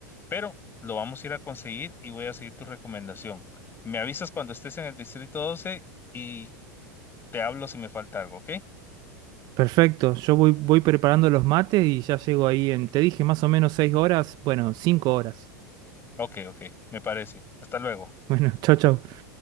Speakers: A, on the left; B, on the right.
A: pero lo vamos a ir a conseguir y voy a seguir tu recomendación. Me avisas cuando estés en el distrito 12 y te hablo si me falta algo, ¿ok?
B: Perfecto, yo voy, voy preparando los mates y ya llego ahí en, te dije, más o menos seis horas, bueno, cinco horas.
A: Ok, ok, me parece. Hasta luego.
B: Bueno, <laughs> chau, chau.